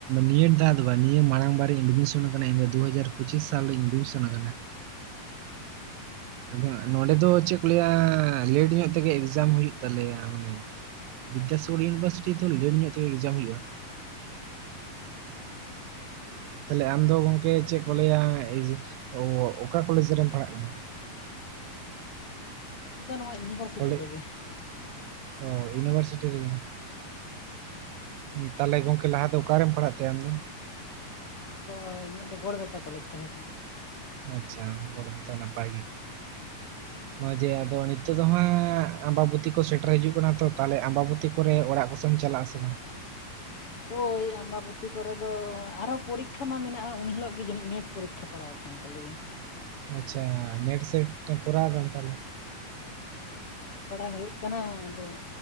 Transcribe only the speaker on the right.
ᱱᱤᱭᱟᱹ ᱫᱷᱟᱣ ᱫᱚ ᱵᱟ, ᱱᱤᱭᱟᱹ ᱢᱟᱲᱟᱝ ᱵᱟᱨᱤᱧ ᱮᱰᱢᱤᱥᱚᱱ ᱟᱠᱟᱱᱟ ᱤᱧ ᱫᱚ ᱫᱩ ᱦᱟᱡᱟᱨ ᱯᱚᱸᱪᱤᱥ ᱥᱟᱞ ᱨᱤᱧ ᱮᱰᱢᱤᱥᱚᱱ ᱠᱟᱱᱟ ᱾
ᱟᱫᱚ ᱦᱟᱸᱜ ᱱᱚᱸᱰᱮ ᱫᱚ ᱪᱮᱫ ᱠᱚ ᱞᱟᱹᱭᱟ ᱞᱮᱴ ᱧᱚᱜ ᱛᱮᱜᱮ ᱮᱠᱡᱟᱢ ᱦᱩᱭᱩᱜ ᱛᱟᱞᱮᱭᱟ ᱢᱟᱱᱮ, ᱵᱤᱫᱽᱫᱟ ᱥᱟᱜᱚᱨ ᱤᱭᱩᱱᱤᱵᱷᱟᱨᱥᱤᱴᱤ ᱫᱚ ᱞᱮᱹᱴ ᱧᱚᱜ ᱛᱮᱜᱮ ᱮᱠᱡᱟᱢ ᱦᱩᱭᱩᱜᱼᱟ,
ᱛᱟᱦᱞᱮ ᱟᱢ ᱫᱚ ᱜᱚᱝᱠᱮ ᱪᱮᱫ ᱠᱚ ᱞᱟᱹᱭᱟ <unintelligible> ᱚᱠᱟ ᱠᱚᱞᱮᱡᱽ ᱨᱮᱢ ᱯᱟᱲᱦᱟᱜ ᱠᱟᱱᱟ?
ᱠᱚᱞᱮ
ᱚ ᱤᱭᱩᱱᱤᱵᱷᱟᱨᱥᱤᱴᱤ ᱨᱮᱜᱮ,
ᱛᱟᱦᱚᱞᱮ ᱜᱚᱢᱠᱮ ᱞᱟᱦᱟ ᱫᱚ ᱚᱠᱟ ᱨᱮᱢ ᱯᱟᱲᱦᱟᱜ ᱛᱟᱦᱮᱸᱜᱼᱟ ᱟᱢ ᱫᱚ?
ᱟᱪᱪᱷᱟ ᱜᱚᱲᱵᱮᱛᱟ ᱱᱟᱯᱟᱭ ᱜᱮ᱾
ᱱᱚᱜᱚᱭ ᱡᱮ ᱟᱫᱚ ᱱᱤᱛᱚᱜ ᱫᱚ ᱦᱟᱸᱜ ᱟᱢᱵᱟᱵᱚᱛᱤ ᱠᱚ ᱥᱮᱴᱮᱨ ᱦᱤᱡᱩᱜ ᱠᱟᱱᱟ ᱛᱚ ᱛᱟᱦᱚᱞᱮ ᱟᱢᱵᱟᱵᱚᱛᱤ᱾ ᱠᱚᱨᱮ ᱚᱲᱟᱜ ᱠᱚᱥᱮᱢ ᱪᱟᱞᱟᱜᱼᱟ ᱥᱮ ᱵᱟᱝ᱾
ᱟᱪᱪᱷᱟ ᱱᱮᱴ ᱥᱮᱴ ᱮᱢ ᱠᱚᱨᱟᱣ ᱫᱟᱢ ᱛᱟᱦᱚᱞᱮ᱾